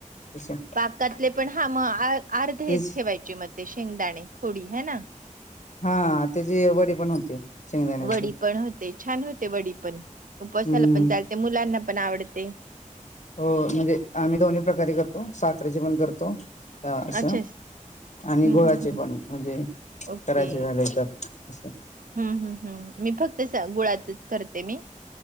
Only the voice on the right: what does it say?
पाकातले पण हा मग अ अर्धे
ठेवायचे, मग ते शेंगदाणे थोडी हाय ना.
वडी पण होते, छान होते वडी पण. उपवासाला
पण चालते, मुलांना पण आवडते.
अच्छा
हम्म
हम्म हम्म
ओके
हम्म हम्म हम्म. मी फक्त गुळातच करते मी.